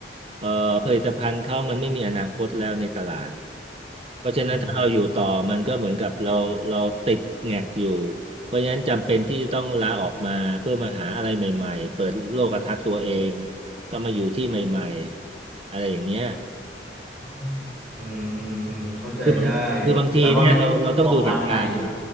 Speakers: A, on the right (about 30°); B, in the centre.
A: เอ่อผลิตภัณฑ์เขามันไม่มีอนาคตแล้วในตลาดเพราะฉะนั้นถ้าเราอยู่ต่อมันก็เหมือนกับเราเราติดแงกอยู่
B: อืม
A: เพราะฉะนั้นจำเป็นที่จะต้องลาออกมาเพื่อมาหาอะไรใหม่ๆเปิดโลกทัศน์ตัวเองก็มาอยู่ที่ใหม่ๆอะไรอย่างเงี้ย
B: อืมอืมอืมอืมเข้าใจได้
A: คือบางคือบางทีเนี่ยเราเราต้องดูเหตุการณ์ไง
B: แปลว่าพี่มองการไกลอยู่นะ